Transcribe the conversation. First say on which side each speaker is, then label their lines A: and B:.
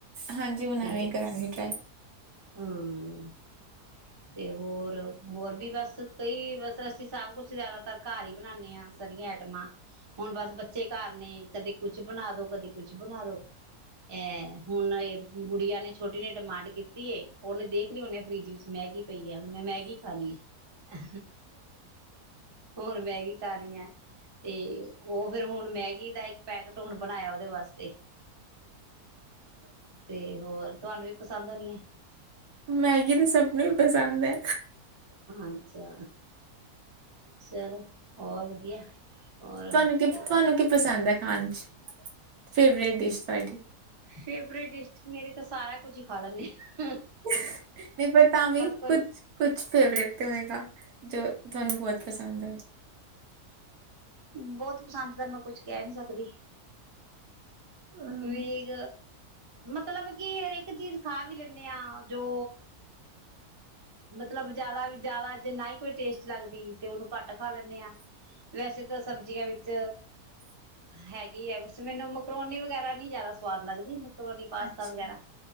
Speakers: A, on the right (about 70°); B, on the right (about 20°).
A: ਹਾਂਜੀ ਹੁਣ
B: ਤੇ
A: ਐਵੇਂ ਕਰਾਂਗੀ ਟਰਾਈ
B: ਹਮ ਤੇ ਹੋਰ ਹੋਰ ਵੀ ਬਸ ਕਈ ਬਸ ਅਸੀਂ ਸਭ ਕੁਛ ਜਿਆਦਾਤਰ ਘਰ ਹੀ ਬਣਾਦੇ ਹਾਂ ਸਾਰਆਂ ਆਈਟਮਾਂ ਹੁਣ ਬਸ ਬੱਚੇ ਘਰ ਨੇ ਕਦੇ ਕੁਛ ਬਣਾ ਦੋ ਕਦੇ ਕੁਛ ਬਣਾ ਦੋ ਅ ਹੁਣ ਗੁੜੀਆਂ ਨੇ ਛੋਟੀ ਨੇ ਡਿਮਾਂਡ ਕੀਤੀ ਉਹਨੇ ਦੇਖ ਲਈ ਉਹਨੇ ਫਰਿਜ ਵਿੱਚ ਮੈਗੀ ਪਈ ਆ ਮੈਂ ਮੈਗੀ ਖਾਣੀ ਆ ਹਣ ਮੈਗੀ ਖਾਣੀ ਆ ਤੇ ਉਹ ਫੇਿਰ ਹੁਣ ਹੁਣ ਮੈਗੀ ਦਾ ਇੱਕ ਪੈਕਟ ਹੁਣ ਬਣਾਇਆ ਉਹਦੇ ਵਾਸਤੇ ਤੇ ਹੋਰ ਤੁਹਾਨੂੰ ਵੀ ਪਸੰਦ ਆ ਨਹੀਂ ਹੈ
A: ਮੈਗੀ ਤਾਂ ਸਭ ਨੂੰ ਪਸੰਦ ਹੈ
B: ਅੱਛਾ ਚੱਲ ਹੋਰ <unintelligible> ਹੋਰ
A: ਤੁਹਾਨੂੰ ਕੀ ਤੁਹਾਨੂੰ ਕੀ ਪਸੰਦ ਹੈ ਖਾਣ ਚ ਫੇਵਰੇਟ ਡਿਸ਼ ਤੁਹਾਡੀ
B: ਫੇਵਰੇਟ ਡਿਸ਼ ਮੇਰੀ ਤਾਂ ਸਾਰਾ ਕੁਝ ਹੀ ਖਾ ਲੈਂਦੇ ਆ
A: ਨਹੀਂ ਪਰ ਤਾਂ ਵੀ
B: ਕੋਈ
A: ਕੁਛ ਕੁਛ ਫੇਵਰੇਟ ਤੇ ਹੋਏਗਾ ਜੋ ਤੁਹਾਨੂੰ ਬਹੁਤ ਪਸੰਦ ਹੈ
B: ਬਹੁਤ ਪਸੰਦ ਤਾਂ ਮੈਂ ਕੁਛ ਕਹਿ ਨੀ ਸਕਦੀ
A: ਹਮ
B: ਵੇਗ ਮਤਲਬ ਕੀ ਹਰੇਕ ਚੀਜ਼ ਖਾ ਵੀ ਲੈਂਨੇ ਆ ਜੋ, ਮਤਲਬ ਜਿਆਦਾ ਵੀ ਜਿਆਦਾ ਜੇ ਨਾ ਹੀ ਕੋਈ ਟੇਸਟ ਲੱਗਦੀ ਤੇ ਉਹਨੂੰ ਘੱਟ ਖਾ ਲੈਂ ਨੇ ਆ। ਵੈਸੇ ਤਾਂ ਸਬਜ਼ੀਆਂ ਵਿੱਚ ਹੈਗੀ ਆ ਬਸ ਮੈਨੂੰ ਮਕਰੋਨੀ ਵਗੈਰਾ ਨੀ ਜਿਆਦਾ ਸਵਾਦ ਲੱਗਦੀ ਕਰੋਨੀ ਪਾਸਤਾ
A: ਅੱਛਾ
B: ਵਗੈਰਾ।